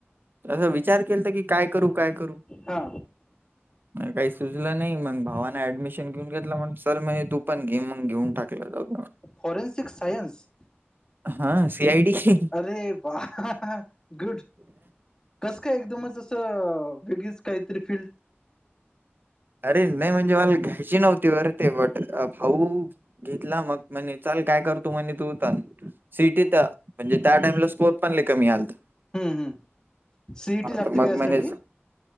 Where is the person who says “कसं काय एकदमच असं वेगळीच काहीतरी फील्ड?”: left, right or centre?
Left